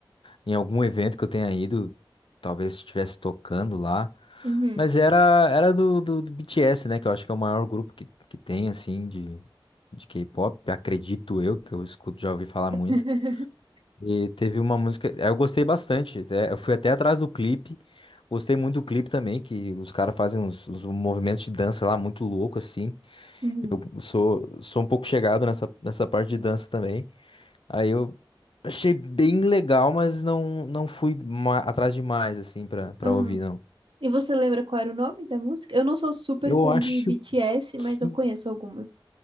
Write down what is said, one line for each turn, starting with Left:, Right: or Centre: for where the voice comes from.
Left: em algum evento que eu tenha ido, talvez estivesse tocando lá.
Right: Uhum.
Left: Mas era, era do, do, do BTS, né? Que eu acho que é o maior grupo que, que tem, assim, de, de K-pop. Acredito eu, que eu escuto, já ouvi falar muito.
Right: <laughs>
Left: E teve uma música, é, eu gostei bastante, até- eu fui até atrás do clipe, gostei muito do clipe também, que os caras fazem uns, uns movimentos de dança lá muito louco assim.
Right: Uhum.
Left: Eu sou, sou um pouco chegado nessa, nessa parte de dança também. Aí eu achei bem legal, mas não, não fui ma- atrás demais assim pra, pra
Right: ah
Left: ouvir, não.
Right: E você lembra qual era o nome da música? Eu não sou super
Left: Eu
Right: fã
Left: acho
Right: de BTS, mas
Left: que
Right: eu conheço algumas.